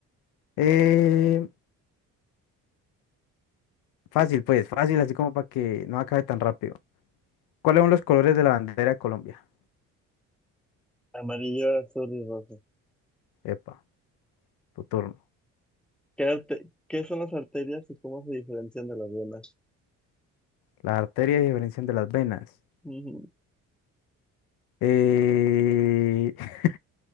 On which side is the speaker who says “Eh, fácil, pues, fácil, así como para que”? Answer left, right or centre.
Left